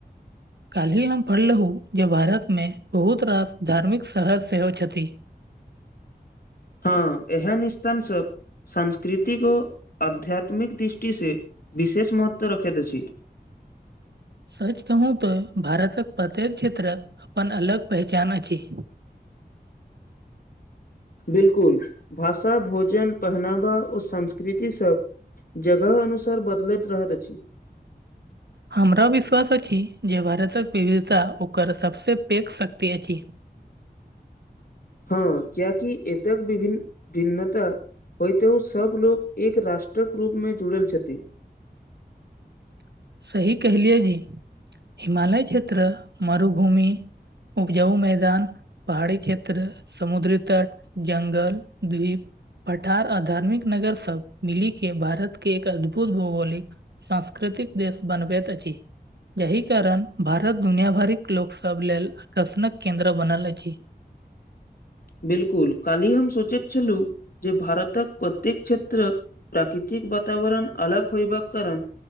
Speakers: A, on the right; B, on the left.
A: काल्हिी हम पढ़लूँ जे भारत मे बहुत रास धार्मिक शहर सेहो छथि
B: हँ ऐहण स्थान सब सांस्कृतिक ओ आध्यात्मिक दृष्टि से विशेष महत्व रखैत अछि
A: सच कहू तऽ भारतक प्रत्येक क्षेत्रक अपन अलग पहचान अछी
B: बिल्कुल भाषा भोजन पहनावा ओ संस्कृति सब जगह अनुसार बदलैत रहैत अछि
A: हमरा विश्वास अछि जे भारतक विविधता ओकर सभ सँ पैघ शक्ति अछि
B: हँ कियाकि एतेक विभिन्न -भिन्नता होइतेहु सभ लोक एक राष्ट्रक रूपमे जुड़ल छथि
A: <inaudible> सही केहे लियए जी हिमालय क्षेत्र मरुभूमि उपजाउ मैदान पहाड़ी क्षेत्र समुद्री तट जंगल द्वीप पठार आधार्मिक नगर सब मिली के भारत के एक अद्भुत भौगोलिक संंस्कृतिक देश बनबैत अछि यहि कारण भारत दुनिया भरिक लोक सब लेल आकर्षण केंन्द्र बनल अछि
B: बिल्कुल काल्हि हम सोचैत छलहुँ जे भारतक प्रत्येक क्षेत्र प्राकृतिक बातावरण अलग होयबाक कारण